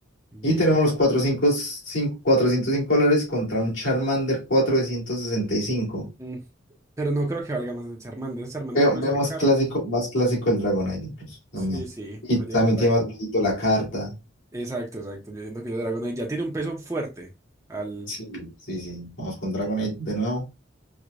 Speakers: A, on the right; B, on the left.
A: Bien.
B: Y tenemos los cuatrocientos cinco cuatrocientos cinco dólares contra un Charmander 465.
A: Mm, Pero no creo que valga más el Charmander. Ese Charmander
B: Veo,
A: puede
B: veo
A: ser
B: más
A: caro.
B: clásico, más clásico el Dragonite incluso también.
A: Sí, sí.
B: Y
A: Pues
B: también
A: deja el Dra-
B: tiene más brillito la carta.
A: Exacto, exacto. Yo siento que ese Dragonite ya tiene un peso fuerte. Al.
B: Sí, sí, sí. Vamos con Dragonite de nuevo.